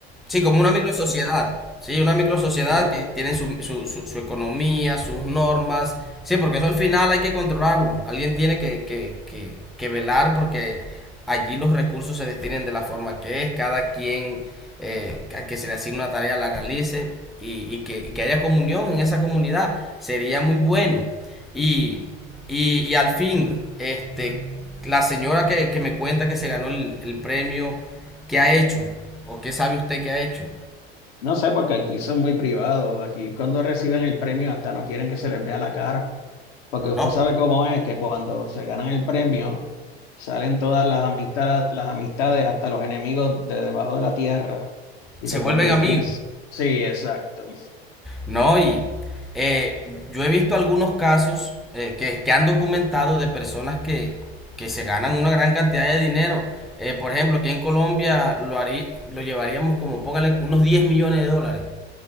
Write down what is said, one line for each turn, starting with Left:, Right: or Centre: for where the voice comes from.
Centre: Sí, como una microsociedad. Sí, una microsociedad
Left: sí.
Centre: que tienen su, su, su- su economía, sus normas. Sí, porque eso al final hay que controlarlo. Alguien tiene que, que, que, que velar porque allí los recursos se destinen de la forma que es, cada quien eh, a que se le asigne una tarea la realice y, y que, y que haya comunión en esa comunidad. Sería muy bueno. Y, y, y al fin, este, la señora que, que me cuenta que se ganó el, el premio ¿Qué ha hecho? ¿O qué sabe usted que ha hecho?
Left: No sé, porque aquí son muy privados. Aquí cuando reciben el premio hasta no quieren que se les vea la cara. Porque usted
Centre: No,
Left: sabe cómo es que cuando se ganan el premio salen todas las amistades, las amistades hasta los enemigos de debajo de la tierra y
Centre: se
Left: se
Centre: vuelven
Left: convierten
Centre: amigos.
Left: en... Sí, exacto.
Centre: No, y eh, yo he visto algunos casos eh, que, que han documentado de personas que, que se ganan una gran cantidad de dinero. Eh, por ejemplo, aquí en Colombia lo, harí- lo llevaríamos como, póngale, unos 10 millones de dólares.